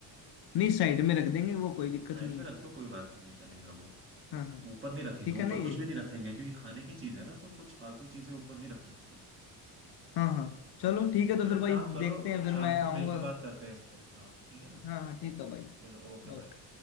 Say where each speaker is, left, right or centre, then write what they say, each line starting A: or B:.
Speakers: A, on the left (about 55°); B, on the right (about 25°).
A: नहीं साइड में रख देंगे वो कोई दिक्कत
B: हाँ साइड
A: नहीं
B: में
A: है
B: रख दो कोई बात नहीं है चलेगा वो
A: हाँ हाँ
B: ऊपर नहीं रखेंगे
A: ठीक
B: ऊपर
A: है ना ये
B: कुछ भी नहीं रखेंगे क्योंकि खाने की चीज है ना तो कुछ फालतू चीजें ऊपर नहीं रखनी उसके
A: हाँ हाँ चलो
B: ठीक है
A: ठीक है तो
B: चलो
A: फिर
B: एक
A: भाई
B: काम करो
A: देखते हैं फिर
B: शाम
A: मैं
B: को
A: आऊँगा
B: मिलके बात करते हैं इस पे हाँ ठीक है ना
A: हाँ हाँ ठीक है भाई
B: चलो ओके
A: ओके
B: बाय